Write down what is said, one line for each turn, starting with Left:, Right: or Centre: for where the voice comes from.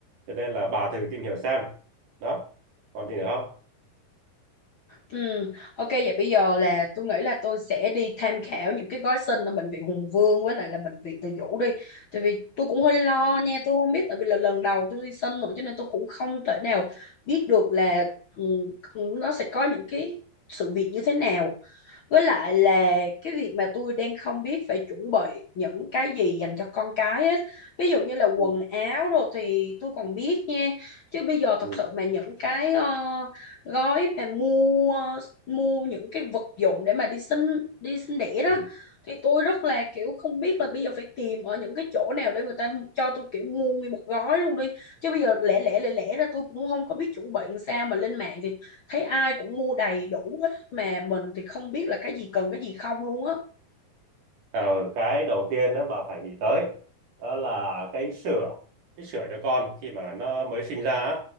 Right: cho nên là bà thử tìm hiểu xem đó còn gì nữa không
Left: Ừ, ok vậy bây giờ là tôi nghĩ là tôi sẽ đi tham khảo những cái gói sinh ở bệnh viện Hùng Vương với lại là bệnh viện Từ Dũ đi. Tại vì tôi cũng hơi lo nha, tôi không biết tại vì là lần đầu tôi đi sinh nữa cho nên tôi cũng không thể nào biết được là ừ, nó sẽ có những cái sự việc như thế nào với lại là cái việc mà tôi đang không biết phải chuẩn bị những cái gì dành cho con cái hết ví dụ như là quần
Right: ừ
Left: áo rồi thì tôi còn biết nha chứ bây giờ thật
Right: ừ.
Left: sự mà những cái ờ, gói mà mua mua những cái vật dụng để mà đi sinh đi sinh đẻ đó
Right: ừ.
Left: thì tôi rất là kiểu không biết là bây giờ phải tìm ở những cái chỗ nào để người ta cho tôi kiểu mua nguyên một gói luôn đi chứ bây giờ lẻ lẻ lẻ lẻ ra tôi cũng không có biết chuẩn bị làm sao mà lên mạng thì thấy ai cũng mua đầy đủ hết mà mình thì không biết là cái gì cần cái gì không luôn á
Right: Ờ, cái đầu tiên đó bà phải nghĩ tới đó là cái sữa cái sữa cho con khi mà nó mới sinh ra á,